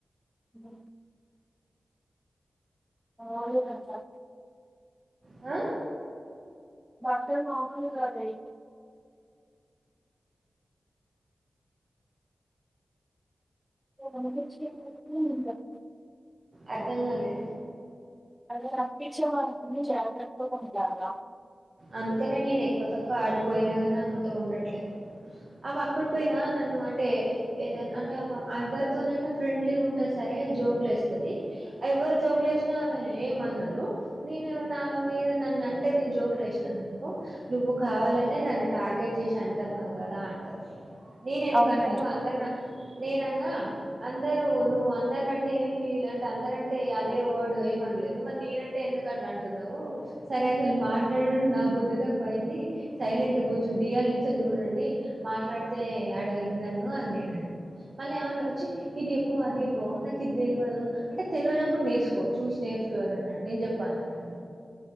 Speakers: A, in the centre; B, on the right.
A: మ్ హూ ఖాళీగా ఉన్నా.
B: అ
A: అసలు మాములు కాదేఇక అ మహిచి ఉ <unintelligible>
B: అర్ధంగాలలే
A: వాళ్ళు రప్పించే వరకు జాగర్తగా ఉండాల.
B: అందుకనే నేను ఎక్కువ తక్కువ ఆడికిపోయినా గాని అమెతో ఉండట్లే. ఆమా అక్కడి పోయినా నన్ను అంటే ఏదైనా అంటే, ఆమె ఎవ్వరితోనైనా ఫ్రెండ్లీగా ఉంటాది. సరే జోక్లు ఎస్తాది. ఎవరు జోక్లు చుసిన ఆమె ఏమనరు. నేను ఏమైనా ఆమె మీద నన్న అంటే జోక్ లేసినా ననుకో నువ్వు కావాలనే నన్ను టార్గెట్ చేసి అంటన్నావు కదా అంటది. నేను ఎందుకంట
A: అవునండి
B: నువ్ అందరి నా నేనన్నా. అందరూ నువ్వు అందరినింటే ఏం ఫీల్ అంటే అందరంటే అదే వర్డ్ ఏమనలేదు మరి నేనంటే ఎందుకు అట్లా అంటున్నావు సరే అసలు మాట్లాడుడు నా బుద్ధి తక్కువ పోయింది సైలెంట్ గూర్చుండి ఈయట్లనించి చూడండి మాట్లాడితే అడగండి నన్ను అంది.
A: <inaudible>
B: మళ్ళీ ఆమెనే వచ్చి ఇది చెప్పు అది దెప్పు నాకు ఇది తెలవదు అంటే తెలవనప్పుడు నేర్చుకో పో చూసి నేర్చుకో అని అన్నాడు నేను చెప్ప అని అన్నా